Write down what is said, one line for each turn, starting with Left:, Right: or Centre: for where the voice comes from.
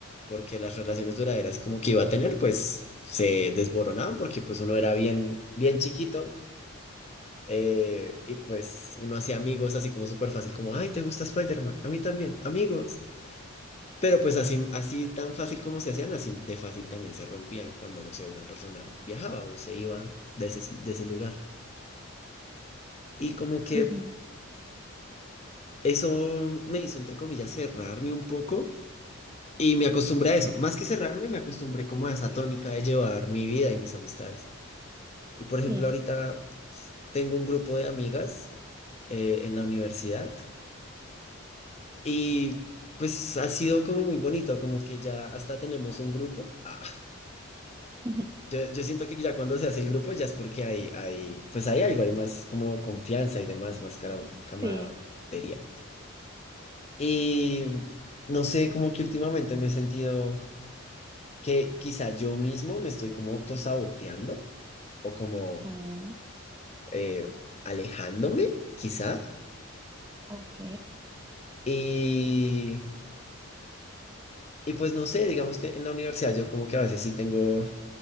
Left: porque las relaciones duraderas como que iba a tener, pues se desboronaban porque pues uno era bien, bien chiquito Eh, y pues uno hacía amigos así como súper fácil, como, ay, ¿te gusta Spider-Man? A mí también, amigos. Pero pues así, así tan fácil como se hacían, así de fácil también se rompían cuando, no sé, una persona viajaba o se iba de ese, de ese lugar. Y como que
Right: Ujú,
Left: eso me hizo, entre comillas, cerrarme un poco y me acostumbré a eso. Más que cerrarme, me acostumbré como a esa tónica de llevar mi vida y mis amistades. Y por ejemplo,
Right: Sí,
Left: ahorita tengo un grupo de amigas eh, en la universidad Y pues ha sido como muy bonito, como que ya hasta tenemos un grupo. Ah,
Right: ujú,
Left: yo, yo siento que ya cuando se hace el grupo ya es porque hay, hay, pues hay algo, hay más como confianza y demás, más cara, camaradería.
Right: sí.
Left: Y no sé, como que últimamente me he sentido que quizá yo mismo me estoy como autosaboteando o como
Right: Mm,
Left: eh, alejándome, quizá.
Right: ok,
Left: Y, y pues no sé, digamos que en la universidad yo como que a veces sí tengo